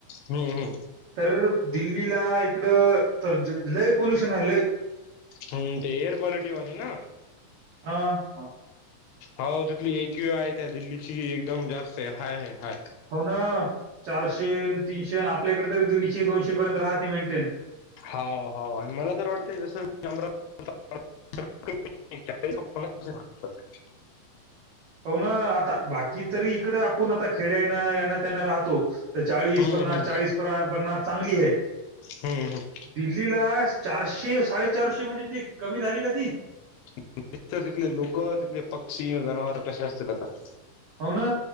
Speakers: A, on the left (about 80°); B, on the right (about 85°).
A: हम्म हम्म.
B: तर दिल्लीला इकडं तर ज लय पॉल्युशन आहे लय.
A: हम्म ते एअर क्वालिटीवाली ना.
B: हा मा
A: हो तिथली एक वी आहे त्या दिल्लीची एकदम जास्त हाय आहे हाय.
B: हो ना चारशे तीनशे आपल्याकडे तरी दीडशे दोनशे पर्यंत राहते मेंटेन.
A: हाव हाव आणि मला तर वाटतय जसं नंबर. <unintelligible> <unintelligible>
B: हो ना आता बाकी तरी इकडं आपुण आता खेड्यानं यांना त्यानं राहतो. तर चाळीस
A: हम्म
B: पन्नास,
A: हम्म
B: चाळीस परा पन्नास चांगली आहे.
A: हम्म हम्म.
B: दिल्लीला चारशे साडेचारशे म्हणजे ते कमी झाली का ती?
A: <unintelligible> तिथले लोकं, तिथले पक्षी, जनावर कशे असतील आता?
B: हो ना.